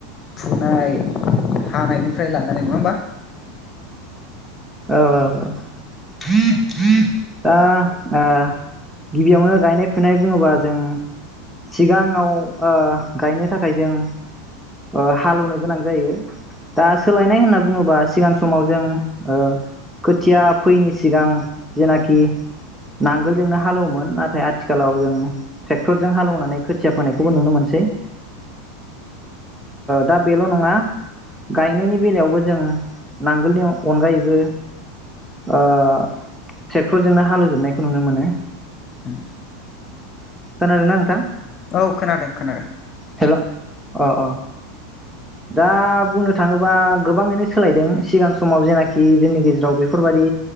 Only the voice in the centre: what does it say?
औ औ दा ओ गिबियावनो गायनाय फुनाय बुङोबा जों सिगाङाव ओ गायनो थाखाय जों ओ हालौवनो गोनां जायो दा सोलायनाय होनना बुङोब्ला सिगां समाव जों ओ खोथिया फैयैनि सिगां जेनाखि नांगोलजोंनो हालौवोमोन नाथाय आथिखालाव जों ट्रेक्टरजों हालौनानै खोथिया फोनायखौबो नुनो मोनसै दा ओ बेल' नङा गायनायनि बेलायावबो जों नांगोलनियाव अनगायैबो ओ ट्रेक्टरजोंनो हालौजोबनायखौ नुनो मोनो।
खोनादोंना नोंथां?
हेल' अ अ दा बुंनो थाङोबा गोबाङैनो सोलायदों सिगां समाव जेनाखि जोंनि गेजेराव बेफोरबायादि